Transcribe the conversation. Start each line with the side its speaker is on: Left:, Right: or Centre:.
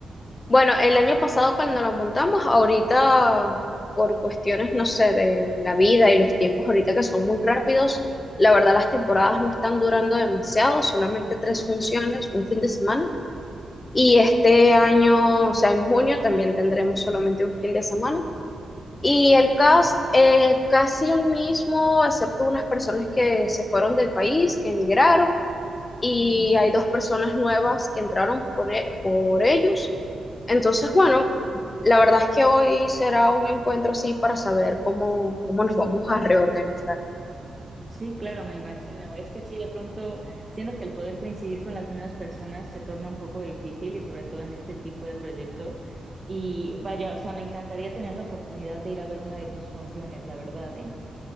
Left: Bueno, el año pasado cuando lo montamos, ahorita por cuestiones, no sé, de la vida y los tiempos ahorita que son muy rápidos, la verdad las temporadas no están durando demasiado, solamente tres funciones, un fin de semana. Y este año, o sea, en junio también tendremos solamente un fin de semana. Y el cast, eh, casi el mismo, excepto unas personas que se fueron del país, que emigraron y
Right: Ujú.
Left: hay dos personas nuevas que entraron por, e- por ellos. Entonces, bueno, la verdad es que hoy será un encuentro así para saber cómo, cómo nos vamos a reorganizar.
Right: Sí, claro, me imagino. Es que sí, de pronto, siento que el poder coincidir con las mismas personas se torna un poco difícil y sobre todo en este tipo de proyectos. Y vaya, o sea, me encantaría tener la oportunidad de ir a ver una de tus funciones, la verdad, ¿eh?